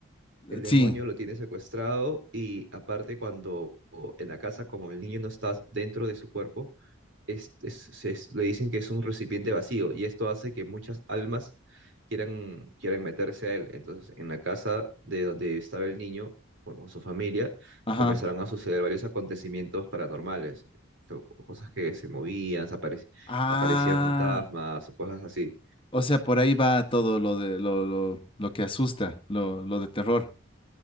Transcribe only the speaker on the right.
El demonio
lo tiene secuestrado y aparte cuando en la casa, como el niño no está dentro de su cuerpo, es- es- es- le dicen que es un recipiente vacío y esto hace que muchas almas quieran, quieran meterse a él. Entonces, en la casa de donde estaba el niño o, o su familia,
comenzaron a suceder varios acontecimientos paranormales, co- cosas que se movían, se aparec-
aparecían fantasmas o cosas así.